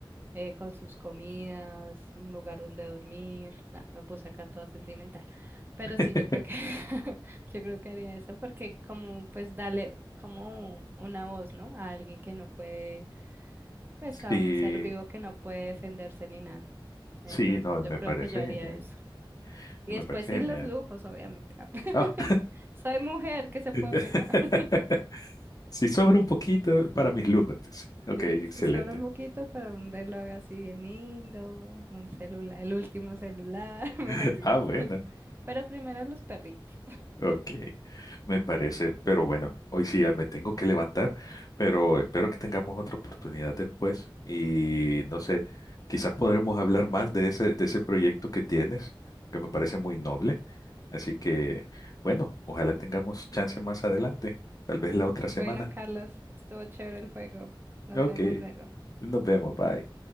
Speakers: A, on the right; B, on the left.
A: eh, con sus comidas, un lugar donde dormir. Nah, me puse acá toda sentimental. Pero
B: <laughs>
A: sí, yo creo que <laughs> yo creo que haría eso porque como pues darle como una voz, ¿no? A alguien que no puede pues a
B: sí,
A: un ser vivo que no puede defenderse ni nada. Entonces
B: sí, no, me
A: yo creo
B: parece
A: que yo haría
B: genial.
A: eso. Y
B: me
A: después
B: parece
A: sí
B: genial.
A: los lujos, obviamente. <laughs>
B: Ah,
A: Soy mujer, ¿qué se puede
B: <laughs>
A: pedir <laughs>
B: si sobra un poquito para mis lujos, dice. Ok,
A: Sí,
B: excelente.
A: sí, solo un poquito para un reloj así bien lindo, un celular, el último celular, <laughs> mejor
B: <laughs>
A: dicho.
B: Ah, bueno,
A: <laughs> Pero primero los perritos.
B: ok, me parece. Pero bueno, hoy sí ya me tengo que levantar, pero espero que tengamos otra oportunidad después y no sé, quizás podremos hablar más de ese, de ese proyecto que tienes, que me parece muy noble. Así que, bueno, ojalá tengamos chance más adelante, tal vez la otra semana.
A: Bueno, Carlos, estuvo chévere el juego. Nos
B: Ok,
A: vemos luego.
B: nos vemos, bye.